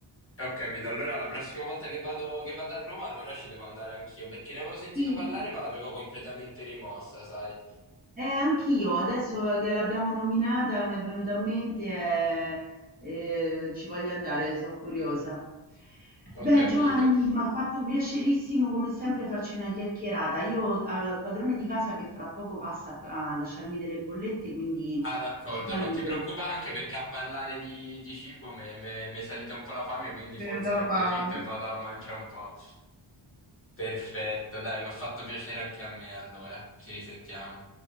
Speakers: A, on the left; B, on the right.
A: Ho capito, allora la prossima volta che vado, che vado a Roma, allora ci devo andare anch'io, perché ne avevo sentito
B: Sì.
A: parlare, ma l'avevo completamente rimossa, sai?
B: Eh, anch'io, adesso che l'abbiamo nominata mi è venuta a mente e e ci voglio andare, so' curiosa.
A: Ho
B: Beh,
A: capito.
B: Giovanni, m'ha fatto piacerissimo come sempre farci una chiacchierata. Io ho al padrone di casa che fra poco passa a p a lasciarmi delle bollette, quindi
A: Ah, d'accordo,
B: ti saluto.
A: non ti preoccupare, anche perché a parlare di, di cibo mi è salita un po' la fame, quindi
B: Venuta
A: forse ne approfitto
B: fame.
A: e vado a mangiare un po'. Perfetto, dai, mi ha fatto piacere anche a me, allora. Ci risentiamo.